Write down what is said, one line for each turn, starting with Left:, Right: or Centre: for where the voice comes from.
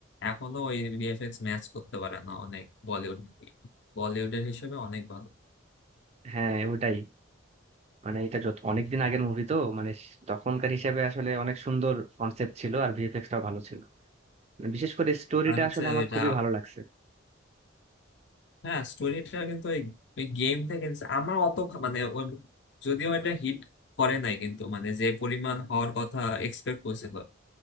Left: এখনো ওই ভিএফএক্স ম্যাচ করতে পারে না অনেক বলিউড মুভি বলিউডের হিসেবে অনেক ভালো
Right: হ্যাঁ ওটাই মানে এটা যত অনেকদিন আগের মুভি তো মানে তখনকার হিসাবে আসলে অনেক সুন্দর কনসেপ্ট ছিল আর ভিএফএক্স টাও ভালো ছিল মানে বিশেষ করে স্টোরিটা
Left: আর হচ্ছে
Right: আসলে আমার
Left: এটা
Right: খুবই ভালো লাগছে
Left: হ্যাঁ স্টোরিটা কিন্তু ওই ওই গেম থেকে নিছে। আমার অত খা- মানে ওই যদিও এটা হিট করে নাই কিন্তু মানে যে পরিমাণ হওয়ার কথা এক্সপেক্ট করছিল